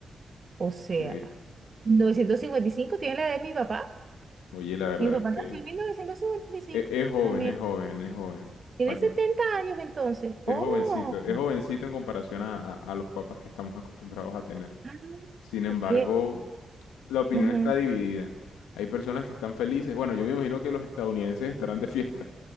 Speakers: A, on the right; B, on the left.
A: O sea,
B: Ok.
A: mil novecientos cincuenta y cinco tiene la edad de mi papá.
B: Oye, la verdad
A: Mi papá
B: es que
A: nació en mil novecientos cincuenta y cinco
B: e- es, joven,
A: también.
B: es joven, es joven.
A: Tiene
B: ¿Para
A: 70
B: qué?
A: años entonces.
B: Es
A: Oh,
B: jovencito, es jovencito en comparación a, a- a los papas que estamos acostumbrados a tener.
A: ah,
B: Sin
A: ok.
B: embargo, la opinión
A: Ujú.
B: está dividida. Hay personas que están felices. Bueno, yo me imagino que los estadounidenses estarán de fiesta.